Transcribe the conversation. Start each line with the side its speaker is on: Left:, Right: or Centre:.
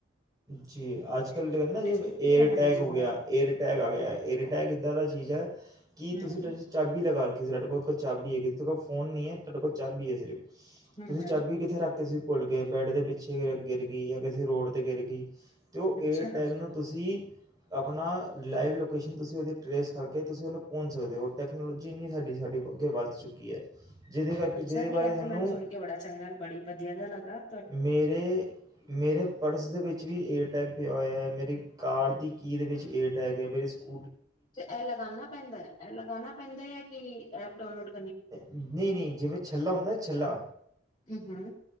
Right: ਜੀ ਅੱਜ ਕੱਲ੍ਹ ਦੇ ਨਾ ਜੇ
Left: ਕੀਤੀ
Right: ਏਅਰਟੈਗ
Left: ਹੈ ਹਾਂਜੀ
Right: ਹੋ ਗਿਆ
Left: ਹਾਂ
Right: ਏਅਰਟੈਗ ਆ ਗਿਆ ਏਅਰਟੈਗ ਇੱਧਾਂ ਦਾ ਚੀਜ਼ ਹੈ ਕੀ
Left: ਹਮ
Right: ਤੁਸੀਂ ਤੁ ਚਾਬੀ ਲਗਾ ਰੀ ਸੀ, ਲਟਟਕ ਚਾਬੀ ਵੀ ਹੈ, ਕਿਸੇ ਫੋਨ ਨਹੀਂ ਹੈ ਲਟਕਲ ਚਾਪ ਵੀ ਹੈ। ਸਿਰਫ
Left: ਹਮ
Right: ਤੁਸੀਂ
Left: ਹਮ
Right: ਚਾਬੀ ਕਿੱਥੇ ਰੱਖ ਕਿਸੇ ਭੁੱਲ ਗਏ ਬੈਡ ਦੇ ਪਿੱਛੇ ਗਿਰ ਗਈ ਜਾਂ ਕਿਸੇ ਰੋਡ ਤੇ ਗਿਰਗੀ ਗੀ ਅਤੇ ਉਹ
Left: ਅੱਛਾ
Right: ਏਅਰਟੈਗ ਨੂੰ ਤੁਸੀਂ ਆਪਣਾ ਲਾਈਵ ਲੋਕੇਸ਼ਨ ਤੁਸੀਂ ਉਹਦੀ ਟਰੇਸ ਕਰਕੇ ਤੁਸੀਂ ਉਹਨੂੰ ਪਹੁੰਚ ਸਕਦੇ ਹੋ ਟੈਕਨੋਲੋਜੀ ਇੰਨੀ ਸਾਡੀ ਸਾਡੀ ਅੱਗੇ ਵੱਧ ਚੁੱਕੀ ਹੈ। ਜਿਹਦੇ ਕਰਕੇ
Left: ਅੱਛਾ
Right: ਜਿਹਦੇ
Left: ਜੀ, ਇਹ
Right: ਬਾਰੇ ਸਾਨੂੰ
Left: ਤੇ ਮੈਨੂੰ ਸੁਣ ਕੇ ਬੜਾ ਚੰਗਾ ਬੜੀ ਵਧੀਆ ਜਿਹਾ ਲਗਾ।
Right: ਮੇਰੇ ਮੇਰੇ ਪਰਸ ਦੇ ਵਿੱਚ ਵੀ ਏਟ ਟੈਗ ਵੀ ਹੋਇਆ ਹੈ। ਮੇਰੀ ਕਾਰ ਦੀ ਕੀ ਦੇ ਵਿੱਚ ਏਟੈਗ ਹੈ। ਮੇਰੀ ਸਕੂਲ
Left: ਤੇ ਇਹ ਲਗਾਨਾ ਪੈਂਦਾ ਇਹ ਲਗਾਾਨਣਾ ਪੈਂਦਾ ਹੈ। ਕਿ ਐਪ ਡਾਨਲਡ
Right: ਨਹੀਂ ਨਹੀਂ ਜਿਵੇਂ ਛੱਲਾ ਹੁੰਦਾ ਛੱਲਾ
Left: ਹੂੰ-ਹੂੰ